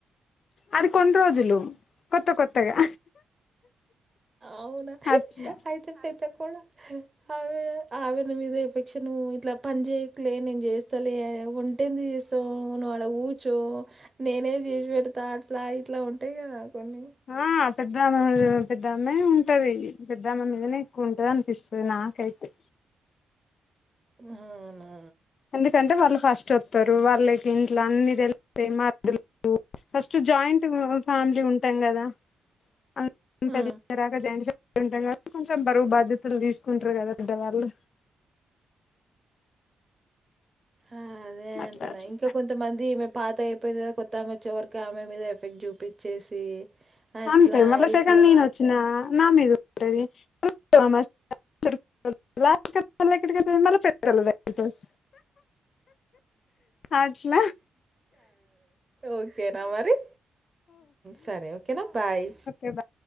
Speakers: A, on the left; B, on the right.
A: అది కొన్ని రోజు లో కొత్త కొత్తగా
B: అవునా
A: అట్లా
B: అయితే పెద్ద కొడా ఆవి ఆవిడ మీద ఎఫెక్షన్ ఇట్లా పని చేయకు లే నేను చేస్తాలే ఎందుకు చేస్తావ్ నువ్ నువ్వు ఆడ కూచో నేనే చేసి పెడతా అట్లా ఇట్లా ఉంటే టే అదని
A: ఆ పెద్ద అమ్మ మీదే పెద్ద అమ్మయి ఉంటది పెద్ద అమ్మ మీదనే ఎక్కువ ఉంటది అనిపిస్తుంది నాకైతే
B: ఊహూ అవునా
A: ఎందుకంటే వాళ్ళు ఫస్ట్ వస్తారు వాళ్ళకి ఇంట్లో అన్ని తెలుస్తా మ ఫస్ట్ జాయింట్ ఫ్యామిలీ ఉంటాం కదా అ <unintelligible>
B: ఆ
A: జాయింట్ ఫ ఉంటాం కాబట్టి కొంచెం బరువు బాధ్యతలు తీసుకుంటారు కదా పెద్ద వాళ్ళు
B: ఆ అదే
A: అట్లా
B: అంటున్నా
A: అట్లా
B: ఇంకా కొంతమంది ఈమె పాత అయిపోయింది కదా కొత్త ఆమె వచ్చే వరకు ఆమె మీద ఎఫెక్ట్ చూపిచ్చేసి అట్లా
A: అంతే మళ్ళా
B: ఇట్లా
A: సెకండ్ నేను వచ్చిన నా మీద ఉంటది <unintelligible> లాస్ట్ కతే మళ్ళ ఎక్కడికి వెళ్తది మళ్ళ పెద్దోళ్ళ దగ్గరికి అస్ అట్ల
B: ఓకే నా మరి సరే ఓకేనా బాయ్
A: ఎబా